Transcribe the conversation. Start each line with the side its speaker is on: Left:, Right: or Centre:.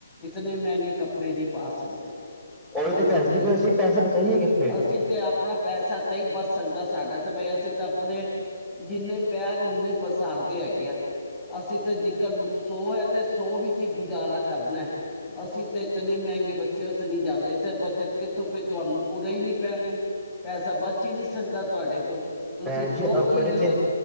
Left: ਇਤਨੇ ਮਹਿੰਗੇ ਕੱਪੜੇ ਨਹੀਂ ਪਾ ਸਕਦੇ
Centre: ਉਹੀ
Left: ਅਸੀਂ
Centre: ਭੈਣ ਜੀ
Left: ਤੇ
Centre: ਅਸੀਂ ਪੈਸੇ ਬਚਾਈਏ ਕਿੱਥੇ
Left: ਅਸੀਂ ਤੇ ਆਪਣਾ ਪੈਸਾ ਤਾਂ ਹੀ ਬਚ ਸਕਦਾ ਸਾਡਾ ਤੇ ਬਈ ਅਸੀਂ ਤਾਂ ਆਪਣੇ ਜਿੰਨੇ ਪੈਰ ਫਿਰ ਉਹਨੇ ਪਸਾਰਦੇ ਹੈਗੇ ਅਸੀਂ ਤਾਂ ਜਿਕਰ ਸੌ ਹੈ ਤੇ ਸੌ ਵਿੱਚ ਹੀ ਗੁਜ਼ਾਰਾ ਕਰਨਾ, ਅਸੀਂ ਤਾਂ ਇਤਨੇ ਮਹਿੰਗੇ ਬੱਚੇ ਉੱਥ ਨਹੀਂ ਜਾਂਦੇ ਬੱਚਤ ਕਿੱਥੋਂ, ਤੁਹਾਨੂੰ ਪੂਰੇ ਹੀ ਨੀ ਪੈਣੀ ਪੈਸਾ ਬਚ ਹੀ ਨਹੀਂ ਸਕਦਾ ਤੁਹਾਡੇ ਕੋਲ, ਤੁਸੀਂ
Centre: ਭੈਣ ਜੀ
Left: ਜੋ
Centre: ਆਪਣੇ
Left: ਚੀਜ਼ ਲਓ
Centre: ਤੇ